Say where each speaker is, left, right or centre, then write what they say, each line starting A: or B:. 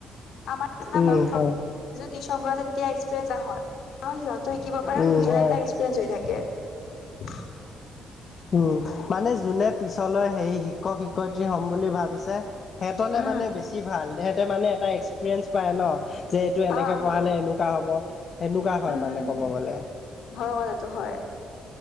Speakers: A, on the left (about 75°); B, on the left (about 45°).
A: আমাৰ নিচিনা
B: উম,
A: ডক্তৰবোৰ
B: হয়।
A: যিটো টিছপগৰাকী তেতিয়া এক্সপিৰিয়েঞ্চ এটা হয় সিহঁতো শিকিব পাৰে
B: উম,
A: আৰু নিজৰ
B: হয়।
A: এটা এক্সপিৰিয়েঞ্চ হৈ থাকে <unintelligible>
B: উম মানে যোনে পিছলৈ হেই শিক্ষক শিক্ষয়িত্ৰী হ'ম বুলি ভাবিছে সিহঁতলে
A: উম,
B: মানে বেছি ভাল সিহঁতে মানে এটা এক্সপিৰিয়েঞ্চ পায় ন যে এইটো এনেকে
A: অ', অ',
B: পঢ়ালে এনো কা হ'ব সেনেকোৱা হয়
A: উম,
B: মানে
A: উম,
B: ক'ব গ'লে
A: হয় কথাটো হয়,